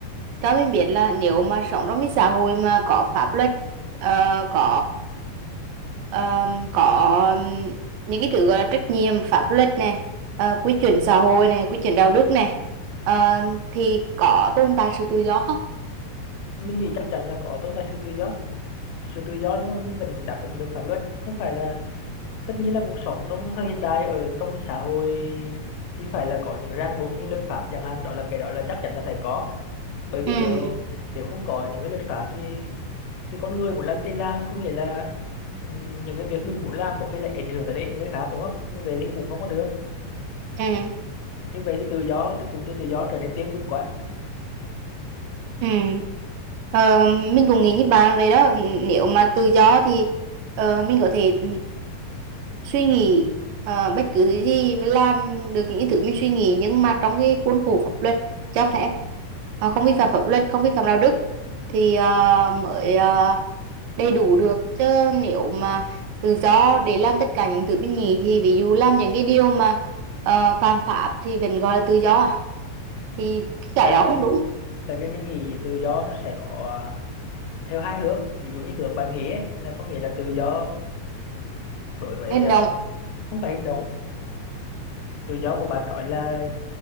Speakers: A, on the right; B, on the left.
A: cho mình biết là nếu mà sống trong cái xã hội mà có pháp luật ờ, có ờm, có những cái thứ gọi là trách nhiệm pháp luật này ờ, quy chuẩn xã hội này quy chuẩn đạo đức này ờ, thì có tồn tại sự tự do không
B: Mình nghĩ chắc chắn là có tồn tại sự tự do, sự tự do nhưng mà mình vẫn đáp ứng được pháp luật. Không phải là tất nhiên là cuộc sống trong thời hiện đại ở trong một xã hội thì phải là có những ràng buộc như luật pháp chẳng hạn, đó là cái đó là chắc chắn là phải có bởi vì
A: ừ
B: nếu nếu không có những cái luật pháp thì thì con người muốn làm gì làm có nghĩa là ừm, những cái việc mình muốn làm có khi lại ảnh hưởng tới lợi ích của người khác đúng không như vậy thì cũng không có được
A: ừ
B: như vậy thì tự do cái từ cụm từ tự do trở nên tiêu cực quá
A: Ừ. Ờ, mình cũng nghĩ như bạn vậy đó nếu mà tự do thì ờ, mình có thể suy nghĩ ờ, bất cứ thứ gì và làm được những cái thứ mình suy nghĩ nhưng mà trong cái khuôn khổ pháp luật cho phép Ờ, không
B: Ừ.
A: vi phạm pháp luật không vi phạm đạo đức thì ờ, mới ờ, đầy đủ được chứ nếu mà tự do để làm tất cả những thứ mình nghĩ thì ví dụ làm những cái điều mà uh, phạm pháp thì vẫn gọi là tự do à thì cái
B: tại
A: đó
B: vì
A: không đúng
B: tại vì mình nghĩ tự do nó sẽ có à, theo hai hướng ví dụ như hướng bạn nghĩ ấy, là có nghĩa là tự do đối với
A: hành
B: à,
A: động
B: không phải hành động tự do của bạn nói là